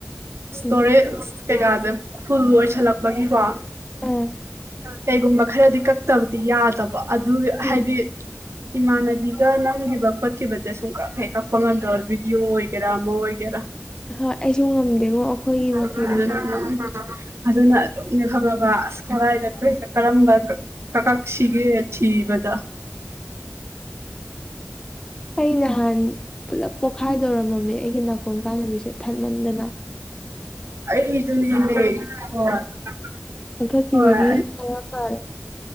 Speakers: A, on the right; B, on the left.
A: ꯏꯁꯇꯣꯔꯦꯖ
B: ꯎꯝ
A: ꯀꯩꯀꯥꯁꯦ ꯐꯨꯜ ꯑꯣꯏꯁꯜꯂꯛꯄꯒꯤꯀꯣ
B: ꯎꯝ
A: ꯀꯩꯒꯨꯝꯕ ꯈꯔꯗꯤ ꯀꯛꯇꯕꯗꯤ ꯌꯥꯗꯕ ꯑꯗꯨ
B: ꯎꯝ
A: ꯍꯥꯏꯗꯤ ꯏꯃꯥꯟꯅꯕꯤꯒ ꯅꯝꯈꯤꯕ ꯈꯣꯠꯈꯤꯕꯁꯦ ꯁꯨꯝ ꯀꯛ ꯍꯦꯛ ꯀꯛꯄ ꯉꯝꯗꯕ ꯚꯤꯗꯤꯑꯣ ꯑꯣꯏꯒꯦꯔꯥ ꯑꯃ ꯑꯣꯏꯒꯦꯔꯥ
B: ꯍꯣꯏ ꯑꯩꯁꯨ ꯉꯝꯗꯦꯉꯣ ꯑꯩꯈꯣꯏꯒꯤ ꯃꯈꯩꯗꯨꯗꯤ
A: <inaudible> ꯑꯗꯨꯅ ꯑꯗꯨꯝꯅꯦ ꯈꯪꯉꯕ ꯑꯁ ꯀꯔꯏꯗ ꯀꯔꯝꯕ ꯀꯀꯛꯁꯥꯒꯦ ꯊꯤꯕꯗ
B: ꯑꯩ ꯅꯍꯥꯟ ꯄꯨꯜꯂꯞ ꯄꯣꯛꯈꯥꯏꯗꯧꯔꯝꯃꯝꯃꯦ ꯑꯩꯒꯤ ꯅꯥꯀꯣꯡ ꯇꯥꯟꯅꯕꯤꯁꯦ ꯊꯠꯃꯟꯗꯅ
A: ꯑꯩꯁꯨꯅꯤ ꯃꯤ ꯍꯣꯏ ꯑꯗꯨ
B: ꯀꯛꯊꯠꯈꯤꯕꯒꯤ
A: ꯍꯣꯏ
B: ꯈꯔ ꯐꯔꯦ